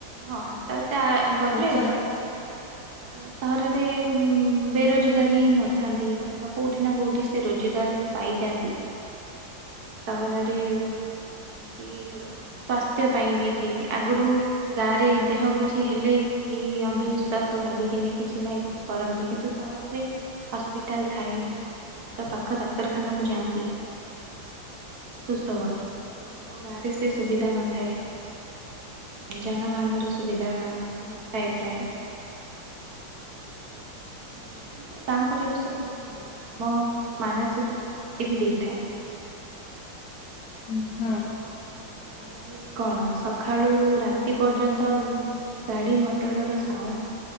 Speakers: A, on the right; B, on the left.
A: ହଁ ଆସ୍ତେ ଆସ୍ତେ ଆ ଗଲେଣି
B: ଯାହା
A: କିନ୍ତୁ ସହରରେ ଗୋଟେ ବେରୋଜଗାରୀ ହିଁ ନଥାନ୍ତି କାରଣ କୋଉଠି ନା କୋଉଠି ସେ ରୋଜଗାର ପାଇଯାନ୍ତି ସହରରେ କି ସ୍ୱାସ୍ଥ୍ୟ ପାଇଁ ବି ଠିକ ଆଗରୁ ଗାଁରେ ଦେହ କିଛି ହେଲେ କି ଅନ୍ଧବିଶ୍ଵାସ ଭାବିକିନି କିଛି ନାହିଁ କିଛି କରନ୍ତି କିନ୍ତୁ ସହରରେ ହସ୍ପିଟାଲ ଥାଏ। ତ ପାଖ ଡାକ୍ତରଖାନାକୁ ଯାଆନ୍ତି। ସୁସ୍ଥ ହୁଅନ୍ତି କିନ୍ତୁ ଗାଁରେ ସେ ସୁବିଧା ନଥାଏ। ଯାନବାହାନ ର ସୁବିଧା ନଥାଏ ପ୍ରାୟ। ଏଭଳି କିନ୍ତୁ ଗାଁ ପରିବେଶ ବହୁତ ସୁନ୍ଦର। ଆମ ମାନସିକ ଶାନ୍ତି ବି ଦେଇଥାଏ। <inaudible>
B: ହୁଁ ହଁ।
A: ତ ସହରରେ କଣ ସକାଳୁ ରାତି ପର୍ଯ୍ୟନ୍ତ ଗାଡି ମଟର ର ସାଉଣ୍ଡ